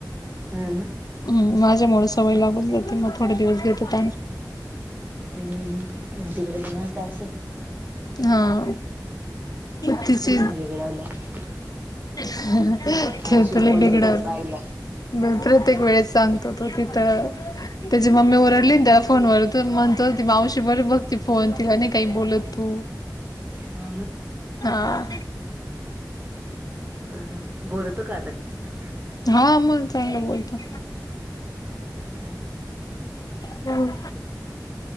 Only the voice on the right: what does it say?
हा ना
हम्म तिकडे निवांत असाल..
लावल्या.
मावशी
फोन
देते पाहिला
हा ना.
हुं हुं. बोलतो का आताही?
हम्म.